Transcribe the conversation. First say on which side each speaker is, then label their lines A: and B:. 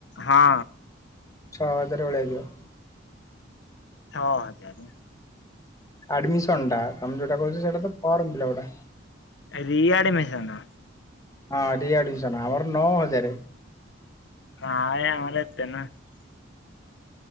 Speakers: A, on the left (about 65°); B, on the left (about 15°).
A: ହଁ।
B: ଛ ହଜାର ଭଳିଆ ହେଇଯିବ।
A: ଛଅ ହଜାର।
B: ଆଡମିସନ ଟା ତମେ ଯୋଉଟା କଉଛ ସେଟା ତ ଫର୍ମ ପିଲା ଟା।
A: ରି ଆଡ଼ମୀସନ।
B: ହଁ ରି ଆଡ଼ମିଶନ, ଆମର ନଅ ହଜାର।
A: ନାଇ ଆମର ଏତେ ନୁହେଁ।